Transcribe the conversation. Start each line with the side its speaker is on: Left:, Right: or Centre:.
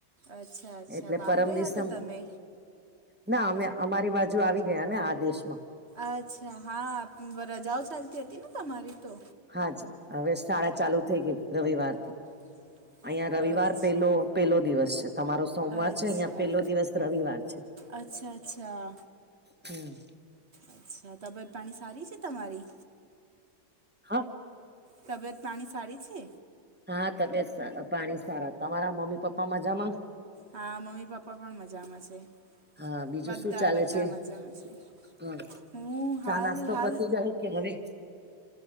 Right: અચ્છા અચ્છા
Centre: એટલે
Right: બહાર
Centre: પરમ
Right: ગયા
Centre: દિવસે
Right: તા તમે
Centre: ના અમે અમારી બાજુ આવી ગયા ને આ દેશમાં
Right: અચ્છા હા હ રજાઓ ચાલતી હતી ને તમારી તો.
Centre: હા જ હવે શાળા ચાલુ થઈ ગઈ રવિવાર થી
Right: <inaudible>
Centre: અયા રવિવાર
Right: અચ્છા
Centre: પેલો પેલો દિવસ છે તમારો સોમવાર
Right: અચ્છા
Centre: છે અહિયાં પેલો દિવસ રવિવાર છે.
Right: અચ્છા અચ્છા
Centre: હમ.
Right: અચ્છા તબિયત પાણી સારી છે તમારી?
Centre: હા
Right: તબિયત પાણી સારી છે?
Centre: હા તબિયત સારા પાણી સારા તમારા મમ્મી પપ્પા મજામાં?
Right: હા મમ્મી પપ્પા પણ મજામાં છે.
Centre: હા બીજું
Right: બધા
Centre: શું ચાલે
Right: બધા
Centre: છે
Right: મજામાં છે.
Centre: હ
Right: હું.
Centre: ચા
Right: હાલ
Centre: નાસ્તો
Right: હાલ.
Centre: પતી ગયો કે હવે